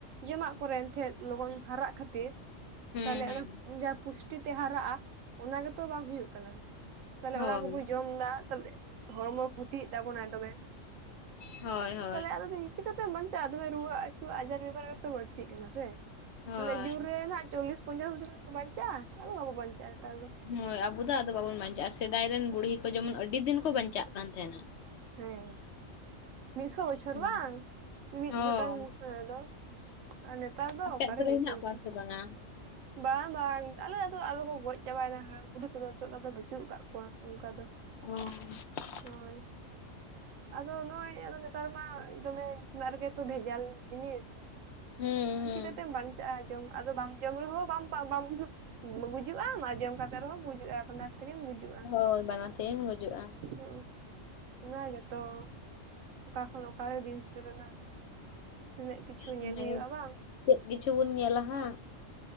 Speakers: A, on the right (about 80°); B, on the left (about 65°).
A: ᱡᱚᱢᱟᱜ ᱠᱚᱨᱮᱱ ᱮᱱᱛᱷᱮᱜ ᱞᱚᱜᱚᱱ ᱦᱟᱨᱟᱜ ᱠᱷᱟᱹᱛᱤᱨ᱾
B: ᱦᱩᱸ
A: ᱛᱟᱦᱚᱞᱮ
B: ᱦᱩᱸ
A: ᱟᱫᱚ ᱡᱟ ᱯᱩᱥᱴᱤ ᱛᱮ ᱦᱟᱨᱟᱜ-ᱟ ᱚᱱᱟ ᱜᱮᱛᱚ ᱵᱟᱝ ᱦᱩᱭᱩᱜ ᱠᱟᱱᱟ᱾ ᱛᱟᱦᱚᱞᱮ
B: ᱦᱳᱭ
A: ᱚᱱᱟ ᱠᱚᱵᱚ ᱡᱚᱢ ᱫᱟ ᱛᱟᱦᱚᱞᱮ ᱦᱚᱲᱢᱚ ᱠᱷᱚᱛᱤᱭᱮᱜ ᱛᱟᱵᱚᱱᱟᱭ ᱫᱚᱢᱮ᱾
B: ᱦᱳᱭ ᱦᱳᱭ
A: ᱯᱟᱞᱮ ᱟᱨᱚ ᱫᱤᱱᱼᱼ ᱪᱤᱠᱠᱟᱛᱮᱢ ᱵᱟᱧᱪᱟᱜᱼᱟ ᱛᱚᱵᱮ ᱨᱩᱣᱟᱹ ᱦᱟᱹᱥᱩ ᱟᱡᱟᱨ ᱵᱮᱵᱟᱨᱛᱚ ᱵᱟᱹᱲᱛᱤᱜ ᱠᱟᱱᱟ ᱥᱮ᱾
B: ᱦᱳᱭ
A: ᱛᱟᱦᱮ ᱡᱳ ᱨᱮ ᱱᱟᱜ ᱪᱚᱞᱞᱤᱥ ᱯᱚᱧᱪᱟᱥ ᱵᱚᱪᱷᱚᱨ ᱠᱷ ᱵᱟᱧᱪᱟᱜᱼᱟ ᱟᱫᱚ ᱵᱟᱵᱚ ᱵᱟᱧᱪᱟᱜᱼᱟ ᱱᱮᱛᱟᱨ ᱫᱚ᱾
B: ᱦᱳᱭ ᱟᱵᱚ ᱫᱚ ᱟᱫᱚ ᱵᱟᱵᱚᱱ ᱵᱟᱧᱪᱟᱜᱼᱟ ᱥᱮᱫᱟᱭ ᱨᱮᱱ ᱵᱩᱲᱦᱤ ᱠᱚ ᱡᱮᱢᱚᱱ ᱟᱹᱰᱤ ᱫᱤᱱ ᱠᱚ ᱵᱟᱧᱪᱟᱜ ᱠᱟᱱ ᱛᱟᱦᱮᱸᱫᱱᱟ᱾
A: ᱦᱮᱸ ᱢᱤᱫᱥᱚ ᱵᱚᱪᱷᱚᱨ
B: ᱦᱩᱸ
A: ᱵᱟᱝ ᱢᱤᱢᱤᱫ
B: ᱦᱳᱭ
A: ᱜᱚᱴᱟᱝ ᱦᱮᱸ ᱫᱚ᱾ ᱟᱨ ᱱᱮᱛᱟᱨ ᱫᱚ
B: ᱟᱯᱮ
A: ᱚᱠᱟᱨᱮ
B: ᱟᱛᱳ ᱨᱮ
A: ᱫᱤᱥᱟᱹ
B: ᱦᱮᱱᱟᱜ
A: ᱵᱩᱪᱷᱟᱹᱣᱟ᱾
B: ᱠᱚᱣᱟ ᱥᱮ ᱵᱟᱝᱟ
A: ᱵᱟᱝ ᱵᱟᱝ ᱟᱟᱦᱞᱮᱫᱚ ᱟᱫᱚ ᱠᱚ ᱜᱚᱡ ᱪᱟᱵᱟᱭᱮᱱᱟ ᱦᱟᱲᱟᱢ ᱵᱩᱰᱦᱷᱤ ᱠᱚᱫᱚ ᱱᱤᱛᱚᱜ ᱫᱚᱫᱚ ᱵᱟᱹᱪᱩᱜ ᱟᱠᱟᱫ ᱠᱚᱣᱟ ᱚᱱᱠᱟ ᱫᱚ᱾
B: ᱚ
A: ᱦᱳᱭ᱾ ᱟᱫᱚ ᱱᱚᱜᱼᱚᱭ ᱟᱫᱚ ᱱᱮᱛᱟᱨ ᱢᱟ ᱫᱚᱢᱮ ᱩ ᱨᱮᱜᱛᱚ ᱵᱷᱮᱡᱟᱞ ᱡᱤᱱᱤᱥ᱾
B: ᱦᱩᱸ ᱦᱩᱸ
A: ᱪᱤᱠᱠᱟᱛᱮᱢ ᱵᱟᱧᱪᱟᱜᱼᱟ ᱡᱚᱢ ᱟᱫᱚ ᱵᱟᱢ ᱡᱚᱢ ᱨᱮᱦᱚᱸ ᱵᱟᱢ᱾ ᱜᱩᱡᱩᱜ ᱟᱢ ᱟᱨ ᱡᱚᱢ ᱠᱟᱛᱮ ᱨᱮᱦᱚᱸ ᱵᱩᱡᱩᱜᱼᱟ ᱯ ᱛᱮᱜᱮᱢᱩᱡᱼᱟ᱾
B: ᱦᱳᱭ ᱵᱟᱱᱟᱨ ᱛᱮᱜᱮᱢ ᱜᱩᱡᱩᱜᱼᱟ
A: <unintelligible> ᱚᱱᱟ ᱜᱮᱛᱚ ᱚᱠᱟ ᱠᱷᱚᱱ ᱚᱠᱟᱨᱮ ᱫᱤᱱ ᱥᱮᱴᱮᱨ ᱮᱱᱟ᱾ ᱛᱤᱱᱟᱹᱜ ᱠᱤᱪᱷᱩ ᱧᱮᱞ
B: ᱚᱱᱟᱜᱮ
A: ᱦᱩᱭᱩᱜᱼᱟ ᱵᱟᱝ?
B: ᱪᱮᱫ ᱠᱤᱪᱷᱩ ᱵᱚᱱ ᱧᱮᱞᱟ ᱦᱟᱸᱜᱼᱼ